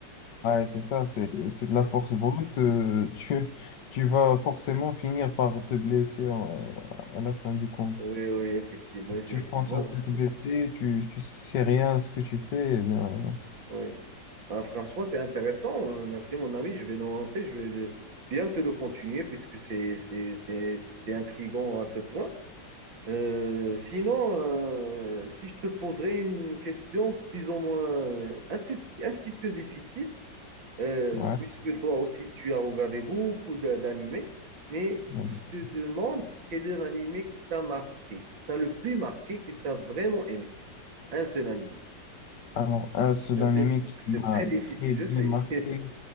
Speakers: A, on the left; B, on the right.
A: Ouais, c'est ça, c'est, c'est de
B: Oui,
A: la force brute. euh, tu, tu vas forcément finir par te blesser en- à la fin du compte.
B: oui, oui, effectivement, effectivement.
A: Tu penses à tête baissée, tu, tu sais rien à ce que tu fais. eh bien,
B: Oui. Ben, franchement, c'est intéressant. Euh, Merci, mon ami. Je vais le noter, je vais le- bien te le continuer puisque c'est, c'est, c'est, c'est intriguant à ce point. Euh, sinon, euh, si je te poserais une question plus ou moins euh, un petit, un petit peu difficile, euh,
A: ouais.
B: puisque toi aussi tu as regardé beaucoup d'a- d'animés. Mais si
A: Mhm.
B: je te demande quel est l'animé qui t'a marqué, qui t'a le plus marqué, que t'as vraiment aimé, un seul anime,
A: Alors, un seul
B: un
A: animé
B: seul titre,
A: qui m'a
B: c'est très difficile,
A: très
B: je
A: bien
B: sais.
A: marqué,
B: <laughs>